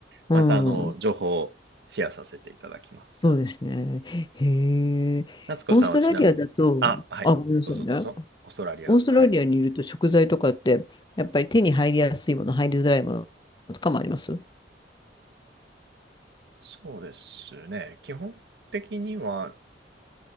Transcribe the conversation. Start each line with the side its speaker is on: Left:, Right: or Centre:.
Left: うん
Right: また、あの、情報をシェアさせていただきます。
Left: そうですね。へえ。
Right: 夏子さんはちなみに、
Left: オーストラリアだと、
Right: あ、はい、
Left: あ、ごめんなさいね。
Right: どうぞどうぞ。オーストラリア、
Left: オーストラリアにいると食材とかって、
Right: はい。
Left: やっぱり手に入りやすいもの、入りづらいものとかもありますう
Right: そうですね、基本的には、